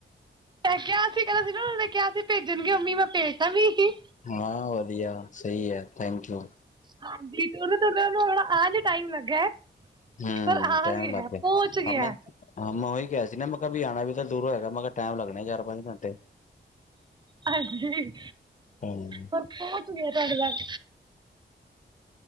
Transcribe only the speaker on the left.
ਹਾਂ ਵਧੀਆ ਸਹੀ ਹੈ ਥੈਂਕ ਯੂ।
ਹਮ
ਟਾਈਮ ਲੱਗ
ਗਿਆ ਮੈਨੂੰ
ਅਬ ਮੈਂ।
ਹਾਂ, ਮੈਂ ਉਹੀ ਕਿਹਾ ਸੀ ਨਾ ਮੈਂ ਕਿਹਾ ਵੀ ਆਉਣਾ ਵੀ ਤਾਂ ਦੂਰੋ ਹੋਏਗਾ ਮੈਂ ਕਿਹਾ ਟਾਈਮ ਲੱਗਣਾ ਚਾਰ ਪੰਜ। ਘੰਟੇ
ਹੂੰ